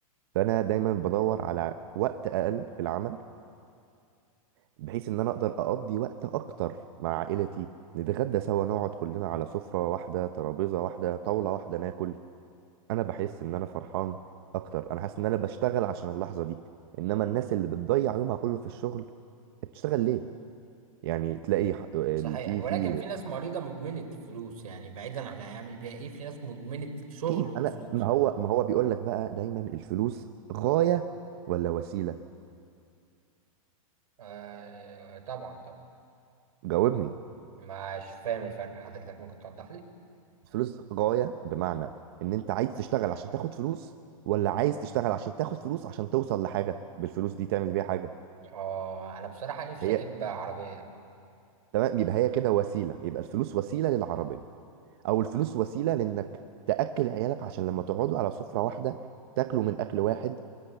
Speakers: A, on the right; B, on the right.
A: فانا دايما بدور على وقت اقل في العمل بحيث ان انا اقدر اقضي وقت اكتر مع عائلتي نتغدى سوا نقعد كلنا على سفره واحده ترابيزه واحده طاوله واحده ناكل انا بحس ان انا فرحان اكتر انا حاسس ان انا بشتغل عشان اللحظه دي انما الناس اللي بتضيع يومها كله في الشغل بتشتغل ليه يعني تلاقي ح- ال-
B: صحيح
A: في
B: ولكن
A: في
B: في ناس مريضة مدمنة فلوس يعني بعيدا احنا هيعمل بيها ايه في ناس مدمنة شغل
A: اكيد
B: وفلوس
A: انا ما هو ما هو بيقول لك بقى دايما الفلوس غاية ولا وسيلة
B: آه طبعا طبعا
A: جاوبني
B: مش فاهم الفرق حضرتك ممكن توضح لي
A: الفلوس غاية بمعنى ان انت عايز تشتغل عشان تاخد فلوس ولا عايز تشتغل عشان تاخد فلوس عشان توصل لحاجة بالفلوس دي تعمل بيها حاجة
B: اه انا بصراحة نفسي
A: هي
B: اجيب عربية
A: تمام يبقى هي كده وسيلة يبقى الفلوس وسيلة للعربية او الفلوس وسيلة لانك تأكل عيالك عشان لما تقعدوا على سفرة واحدة تاكلوا من اكل واحد